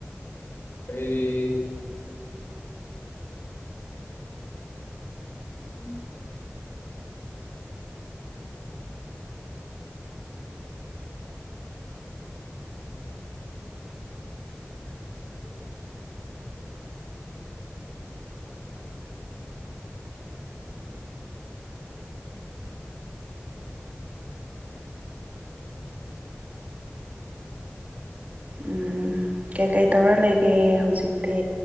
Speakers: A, on the left; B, on the right.
A: ꯑꯩ ꯎꯝ <inaudible>
B: ꯎꯝ ꯀꯩꯀꯩ ꯇꯧꯔ ꯂꯩꯒꯦ ꯍꯧꯖꯤꯛꯇꯤ